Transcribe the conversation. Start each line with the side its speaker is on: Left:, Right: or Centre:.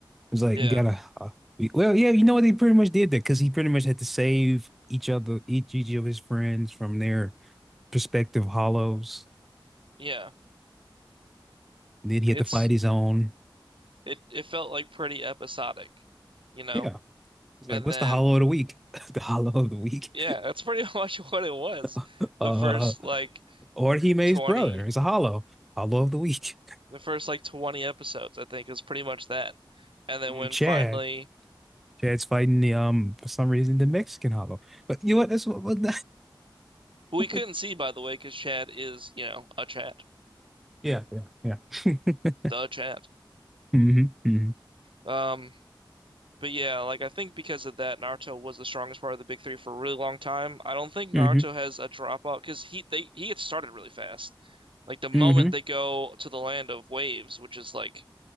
Centre: It's like,
Right: Yeah.
Centre: we gotta, uh, we, well, yeah, you know what? They pretty much did that because he pretty much had to save each other, each, each of his friends from their prospective hollows.
Right: Yeah.
Centre: And then he
Right: It's
Centre: had to fight his own.
Right: it it felt like pretty episodic, you know?
Centre: Yeah. It's like,
Right: And
Centre: what's
Right: then
Centre: the hollow of the week? <laughs> The hollow of the week.
Right: yeah, that's pretty <laughs> much what it was.
Centre: <laughs>
Right: The
Centre: Uh,
Right: first like
Centre: Or Hime's
Right: 20
Centre: brother. It's a hollow. Hollow of the week. <laughs>
Right: the first like 20 episodes, I think, is pretty much that. And then
Centre: Um,
Right: when
Centre: Chad.
Right: finally
Centre: Chad's fighting the um for some reason the Mexican hollow. But you know what? That's what, what,
Right: who we
Centre: what
Right: couldn't see by the way, because Chad is, you know, a Chad,
Centre: yeah, yeah, yeah. <laughs>
Right: the Chad.
Centre: hmm hmm
Right: Um, but yeah, like I think because of that, Naruto was the strongest part of the big three for a really long time. I don't think Naruto
Centre: hmm
Right: has a drop dropout because he they he gets started really fast. Like the moment
Centre: hmm
Right: they go to the land of waves, which is like